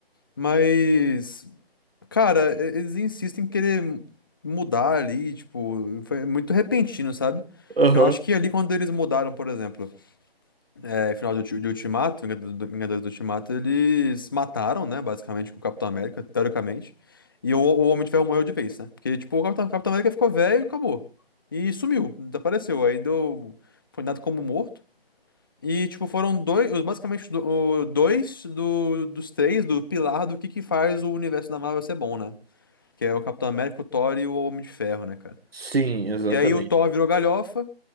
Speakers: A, on the left; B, on the right.
A: Mas, cara, e- eles insistem em querer mudar ali, tipo, foi muito repentino, sabe?
B: Aham.
A: Eu acho que ali quando eles mudaram, por exemplo. É, final do, Ulti- de Ultimato, Vingado- do- Vingadores do Ultimato, eles mataram, né, basicamente, o Capitão América, teoricamente. E o, o Homem de Ferro morreu de vez, né? Porque, tipo, o Capitão, Capitão América ficou velho e acabou. E sumiu, desapareceu. Aí deu. Foi dado como morto. E, tipo, foram dois. os- Basicamente, do- o- dois do, dos três do pilar do que, que faz o universo da Marvel ser bom, né? Que é o Capitão América, o Thor e o Homem de Ferro, né, cara?
B: Sim, exatamente.
A: E aí o Thor virou galhofa.